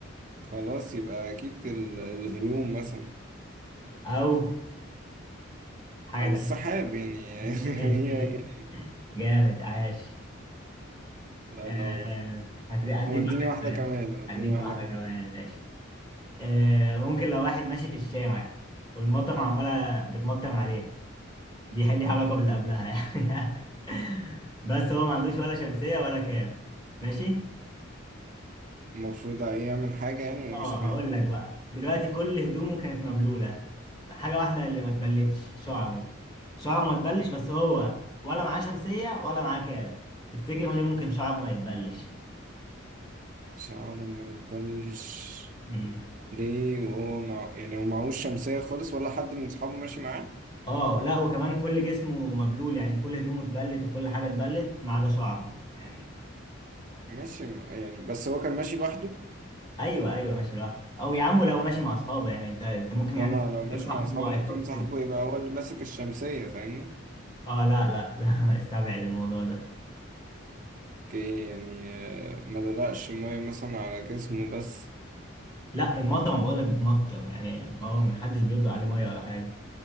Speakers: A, on the right; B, on the left.
A: خلاص يبقى أكيد ال- الغيوم مثلا
B: او حاجة
A: أو
B: تانية
A: السحاب يعني <laughs> هي
B: ماشي
A: هي هي.
B: جامد عاش
A: الله
B: آه
A: ينور
B: هتدي اديك
A: وديني
B: واحدة
A: واحدة
B: كمان
A: كمان وديني
B: اديك
A: واحدة
B: واحدة
A: كمان
B: كمان ماشي آه ممكن لو واحد ماشي في الشارع والمطر عمالة بتمطر عليه دي ليها علاقة باللي قبلها يعني <laughs> بس هو ما عندوش ولا شمسية ولا كام ماشي
A: المفروض ايه يعمل حاجة يعني أنا
B: اه
A: مش فاهم
B: هقول لك بقى دلوقتي كل هدومه كانت مبلوله حاجه واحده اللي ما اتبلتش شعره شعره ما اتبلش بس هو ولا معاه شمسيه ولا معاه كاب تفتكر ليه ممكن شعره ما يتبلش
A: شعره ما يتبلش
B: مم.
A: ليه وهو مع... يعني هو معهوش شمسية خالص ولا حد من أصحابه ماشي معاه
B: اه لا وكمان كل جسمه مبلول يعني كل هدومه اتبلت وكل حاجه اتبلت ما عدا شعره يعني
A: ماشي م- يعني بس هو كان ماشي لوحده
B: ايوه ايوه ماشي لوحده او يا عم لو ماشي مع اصحابه يعني انت انت ممكن يعني
A: إنما لو
B: يجيب
A: ماشي
B: صاحبه
A: مع أصحابه
B: وهيحط
A: ممكن صاحبه يبقى هو اللي ماسك الشمسية فاهمني
B: اه لا لا لا <laughs> استبعد الموضوع ده
A: اوكي يعني آه، ما دلقش مية مثلا على جسمه بس
B: لا المطر بقول لك بتمطر يعني هو محدش بيطلق عليه ميه ولا حاجه